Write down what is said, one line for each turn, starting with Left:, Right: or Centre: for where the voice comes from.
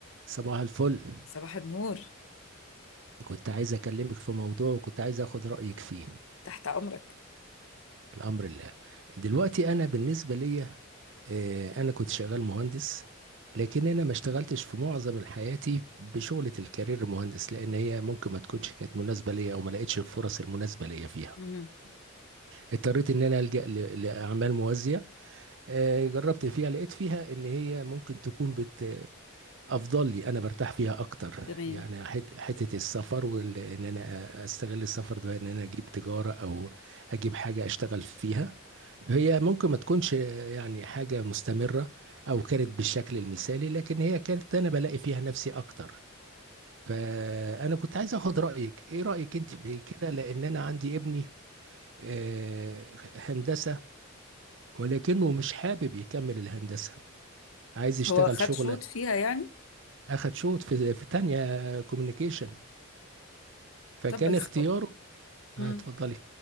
Right: صباح الفل
Left: صباح النور
Right: كنت عايز اكلمك في موضوع وكنت عايز اخد رأيك فيه
Left: تحت امرك
Right: الامر الله دلوقتي انا بالنسبة ليا آه، انا كنت شغال مهندس لكن انا ما اشتغلتش في معظم حياتي بشغلة الكارير مهندس لان هي ممكن ما تكونش كانت مناسبة ليا او ما لقيتش الفرص المناسبة ليا فيها
Left: امم
Right: اضطريت ان انا الجأ ل- لاعمال موازية آه، جربت فيها لقيت فيها ان هي ممكن تكون بت افضل لي انا برتاح فيها اكتر
Left: تمام
Right: يعني حت- حته السفر وان انا استغل السفر ده ان انا اجيب تجاره او اجيب حاجه اشتغل فيها هي ممكن ما تكونش يعني حاجه مستمره او كانت بالشكل المثالي لكن هي كانت انا بلاقي فيها نفسي اكتر فانا كنت عايز اخد رايك ايه رايك انت في كده لان انا عندي ابني آه، هندسه ولكنه مش حابب يكمل الهندسه عايز
Left: بس.
Right: يشتغل
Left: هو خد
Right: شغله
Left: شوط فيها يعني
Right: اخد شوط في في تانية كوميونيكيشن فكان
Left: طب بس
Right: اختياره
Left: امم
Right: آه، اتفضلي